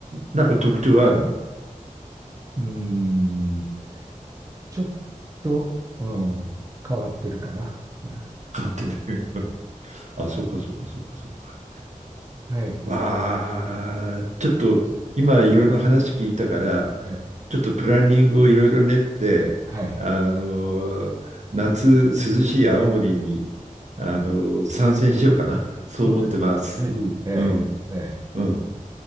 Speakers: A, on the right (about 60°); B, on the right (about 25°).
A: なんか特徴あるの
B: うーん。ちょっと、うん、変わってるかな。うん
A: 鑑定留学。あ、そうか、そうか、そうか、そうか。
B: はい。え
A: まあ、
B: ー
A: ちょっと今いろいろ話聞いたから、
B: ね、
A: ちょっとプランニングをいろいろ練って、
B: はい。
A: あの、夏涼しい青森に、あの、参戦しようかな。そう思ってます。
B: そうですね。ぜひ、ええ、
A: うん、
B: ええ。
A: うん。